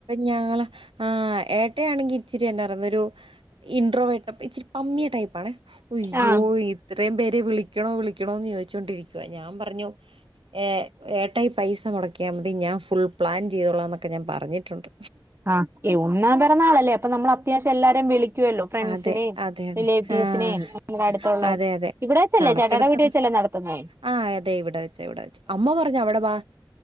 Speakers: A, on the right; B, on the right.
A: ഞങ്ങള് ആഹ് ഏട്ടയാണെങ്കി ഇച്ചിരി എന്നാ പറേന്ന ഒരു ഇൻട്രോ വേർട്ടാ അപ്പ ഇച്ചിരി പമ്മിയ ടൈപ്പാണേ ഉയ്യോ
B: ആഹ്
A: ഇത്രേം പേരെ വിളിക്കണോ വിളിക്കണോന്ന് ചോയ്ച്ചോണ്ടിരി ക്കുവ ഞാം പറഞ്ഞു ഏ ഏട്ടായി പൈസ മൊടക്കിയാമതി ഞാ ഫുൾ പ്ലാൻ ചെയ്തോളാന്നെക്കെ ഞാ പറഞ്ഞിട്ടുണ്ട്
B: ആഹ് കെ ഒന്നാം പെറന്നാളല്ലേ അപ്പ നമ്മളത്യാവശ്യം എല്ലാവരേം വിളി ക്കുവല്ലോ ഫ്രണ്ട്സിനേം
A: അതെ അതെ അതെ
B: റിലേറ്റീവ്സിനെ
A: ആഹ്
B: നമ്മ്ട അട്ത്തൊള്ള
A: അതെ അതെ
B: ഇവ്ട വെച്ചല്ലേ
A: കണക്കെടുത്തപ്പോ
B: ചേട്ടാടെ വീട്ടി വെച്ച് ചല്ലേ നടത്ത്ന്നെ
A: ആഹ് അതെ ഇവ്ട വെച്ച ഇവട വെച്ച അമ്മ പറഞ്ഞ് അവ്ട വാ